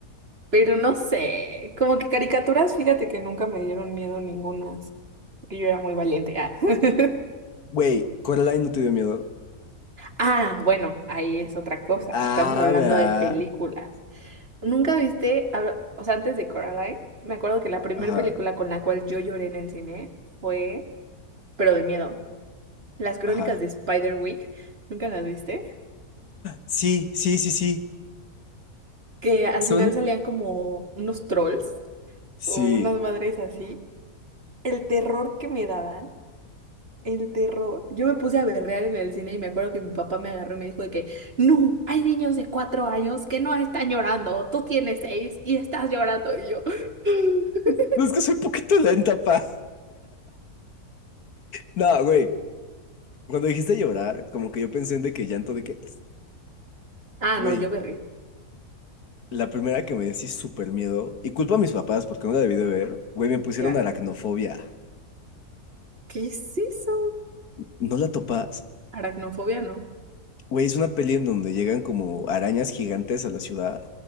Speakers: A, on the right; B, on the left.
A: Pero no sé, como que caricaturas, fíjate que nunca me dieron miedo ningunas, porque yo era muy valiente. Ah, <laughs>
B: Güey, Coraline no te dio miedo.
A: Ah, bueno, ahí es otra cosa.
B: Ah,
A: Estamos hablando
B: vea.
A: de películas. ¿Nunca viste, habla- o sea, antes de Coraline, me acuerdo que la primera
B: Ajá,
A: película con la cual yo lloré en el cine fue, pero de miedo, Las Crónicas
B: ajá.
A: de Spiderwick. ¿Nunca las viste?
B: Sí, sí, sí, sí.
A: Que al
B: Son.
A: final salían como unos trolls
B: Sí.
A: o unas madres así. El terror que me daban. El terror. Yo me puse a berrear en el cine y me acuerdo que mi papá me agarró y me dijo de que, no, hay niños de cuatro años que no están llorando, tú tienes seis y estás llorando y yo. <gasps> <laughs>
B: No es que soy poquito lenta, pa. No, güey. Cuando dijiste llorar, como que yo pensé en de que llanto de que,
A: Ah,
B: güey,
A: no, yo berré,
B: la primera que me dio así súper miedo, y culpa a mis papás porque no la debí de ver, güey, me pusieron
A: claro.
B: aracnofobia.
A: ¿Qué es eso?
B: ¿No la topas?
A: Aracnofobia, no.
B: Güey, es una peli en donde llegan como arañas gigantes a la ciudad